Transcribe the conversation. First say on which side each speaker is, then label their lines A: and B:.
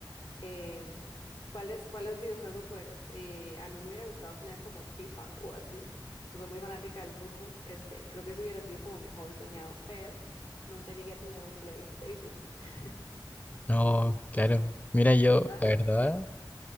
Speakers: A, on the left (about 80°); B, on the left (about 20°).
A: Em, ¿cuáles, cuáles videojuegos juegas? Eh, a mí me hubiera gustado tener como FIFA o así, pues soy muy fanática del fútbol, este, creo que eso hubiera sido como mi hobby soñado, pero nunca llegué a tener un PlayStation. <laughs>
B: No, claro. Mira, yo,
A: Ajá,
B: la verdad,